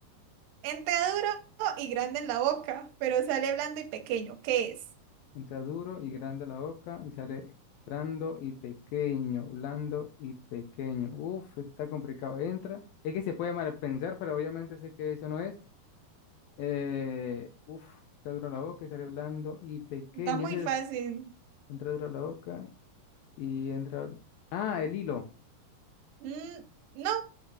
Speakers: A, on the right; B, on the left.
A: Entra duro y grande en la boca, pero sale blando y pequeño. ¿Qué es?
B: Entra duro y grande la boca y sale blando y pequeño, blando y pequeño. Uf, esto está complicado. Entra. Es que se puede mal pensar, pero obviamente sé que eso no es. Eh, uf, entra duro la boca y sale blando y pequeño.
A: Está muy
B: Es
A: fácil.
B: entra duro la boca. Y entra. Ah, el hilo.
A: Mm, no,